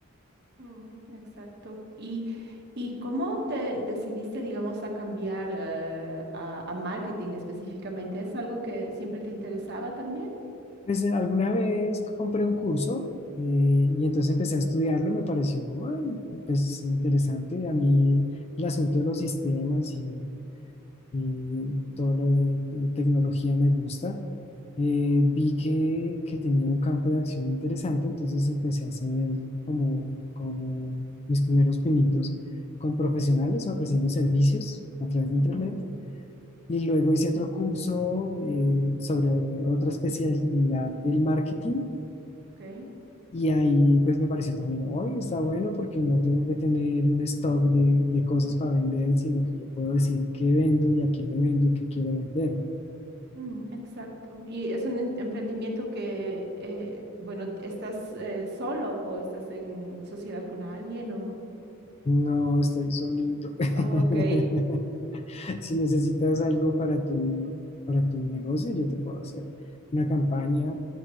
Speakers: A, on the right; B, on the left.
A: Mm, exacto. ¿Y, y cómo te decidiste, digamos, a cambiar eh, a, a marketing específicamente? ¿Es algo que siempre te interesaba también?
B: Pues eh, alguna vez compré un curso eh, y entonces empecé a estudiarlo, y me pareció, ay, pues interesante. A mí el asunto de los sistemas y y todo lo de eh, tecnología me gusta. Eh, vi que, que tenía un campo de acción interesante, entonces empecé a hacer como, como mis primeros pinitos con profesionales ofreciendo servicios a través de
A: Ujú,
B: internet. Y luego hice otro curso eh, sobre otra especialidad del marketing.
A: ok.
B: Y ahí pues me pareció también, hoy está bueno porque no tengo que tener un stock de, de cosas para vender, sino que yo puedo decir qué vendo y a quién le vendo y qué quiero vender. ¿no?
A: Mm, exacto. ¿Y es un em- emprendimiento que, eh, bueno, estás eh, solo o estás en sociedad con alguien o...
B: No, estoy solito. <laughs>
A: Ah, Ok.
B: Si necesitas algo para tu, para tu negocio, yo te puedo hacer una campaña,